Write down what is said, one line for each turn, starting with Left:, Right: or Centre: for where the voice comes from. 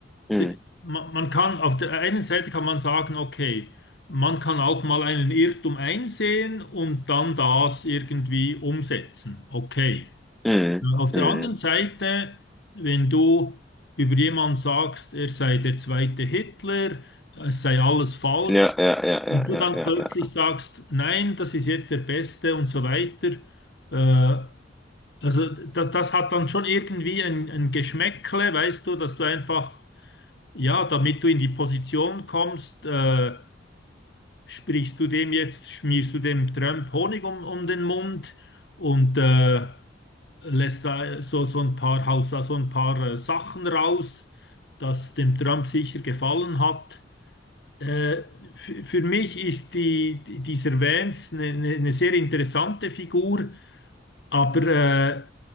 Centre: mm,
Left: d- man, man kann, auf der einen Seite kann man sagen, okay, man kann auch mal einen Irrtum einsehen und dann das irgendwie umsetzen. Okay.
Centre: mm,
Left: Auf der
Centre: mm.
Left: anderen Seite, wenn du über jemanden sagst, er sei der zweite Hitler, es sei alles falsch,
Centre: Ja, ja, ja,
Left: und
Centre: ja,
Left: du
Centre: ja,
Left: dann
Centre: ja,
Left: plötzlich
Centre: ja.
Left: sagst, nein, das ist jetzt der Beste und so weiter, äh, also das, das hat dann schon irgendwie ein, ein Geschmäckle, weißt du, dass du einfach ja, damit du in die Position kommst, äh, sprichst du dem jetzt, schmierst du dem Trump Honig um, um den Mund und äh, lässt da so, so ein paar, haust da so ein paar äh, Sachen raus, das dem Trump sicher gefallen hat. Äh, f- für mich ist die, die- dieser Vance eine, eine eine sehr interessante Figur, aber äh,